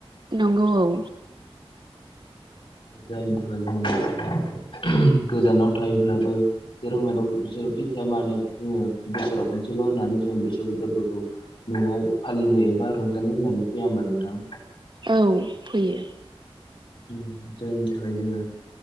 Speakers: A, on the right (about 50°); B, on the left (about 60°).
A: नंगौ औ
B: जायनि थाखाय जोङो गोजानाव थायोब्लाबो जेराव मेराव जेरावखि थाया मानो जोङो बोसोराव खनसेल होननानै जोङो बैसागु फोरबोखौ नआव फालिनो एबा रंजानो होननानै फैया होनबा नोंथां
A: औ फैयो
B: उम जायनि थाखाय जोङो